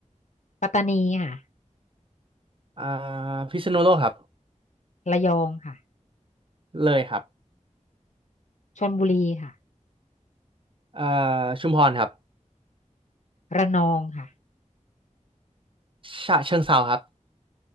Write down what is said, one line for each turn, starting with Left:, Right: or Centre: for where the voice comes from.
Left: ปัตตานีค่ะ
Right: อ่าพิษณุโลกครับ
Left: ระยองค่ะ
Right: เลยครับ
Left: ชลบุรีค่ะ
Right: อ่าชุมพรครับ
Left: ระนองค่ะ
Right: ฉะเชิงเทราครับ